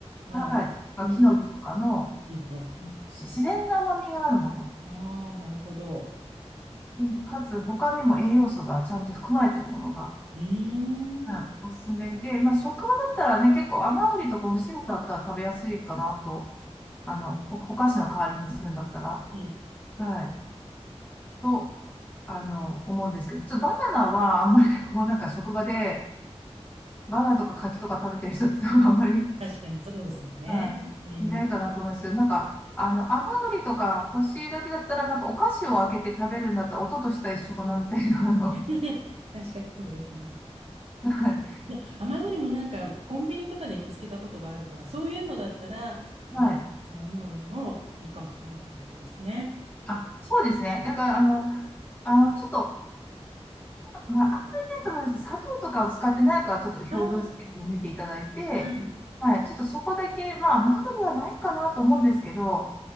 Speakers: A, on the right (about 65°); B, on the left (about 20°).
A: はい。
B: はい、まあ木の実とかの、
A: コンビニ。うんうん。
B: あのし自然な甘みがあるもの、
A: ああ、なるほど。
B: うんかつ、他にも栄養素がちゃんと含まれているものが、
A: うー
B: はい、
A: ん。う
B: おすすめで、まあ、職場だったらね、結構甘栗とか干し芋だったら食べやすいかなと、あの、お、お菓子の代わりにするんだったら、
A: ん。
B: はい。と、あの、思うんですけど、普通バナナはあんまりこうなんか職場でバナナとか柿とか食べてる人って多分あんまり、
A: 確かにそうですよね。
B: はい、
A: うん。
B: いないかなと思うんですけど、なんか、あの、甘栗とか干し柿だったらなんかお菓子を開けて食べるんだったら音としては一緒かなみたいな、あの、
A: <laughs> 確かにそうですね。
B: はい、
A: <laughs> で、甘栗もなんかコンビニとかで見つけたことがあるから、そういうのだったら、あの、
B: はい。
A: つまむのにもいいかもしれないってことですね。
B: あ、そうですね。なんかあの、あの、ちょっと、まあ、あんまりないと思うんですけど、砂糖とかを使ってないかちょっと表分析を見ていただいて、
A: ああ、はい。
B: はい、ちょっとそこだけ、まあ、甘栗はないかなと思うんですけど、